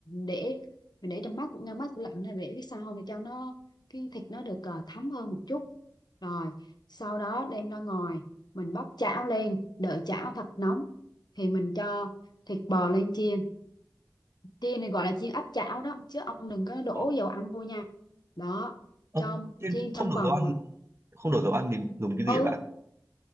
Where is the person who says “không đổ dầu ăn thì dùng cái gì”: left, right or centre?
Right